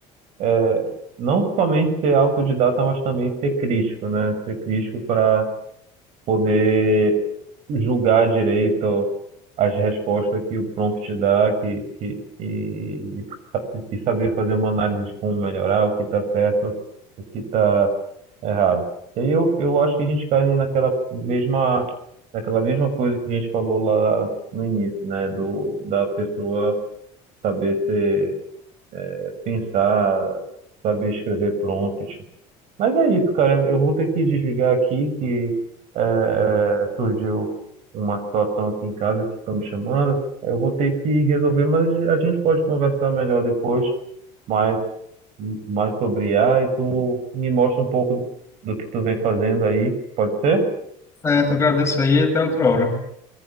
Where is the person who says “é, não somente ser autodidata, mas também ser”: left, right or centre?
Right